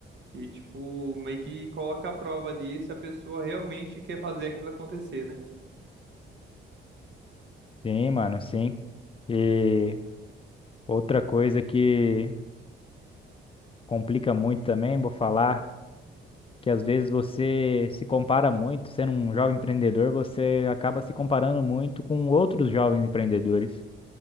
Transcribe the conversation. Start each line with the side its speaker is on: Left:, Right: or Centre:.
Right: E tipo, meio que coloca a prova ali se a pessoa realmente quer fazer aquilo acontecer, né?
Left: Sim, mano, sim. E outra coisa que complica muito também, vou falar, que às vezes você se compara muito, sendo um jovem empreendedor, você acaba se comparando muito com outros jovens empreendedores,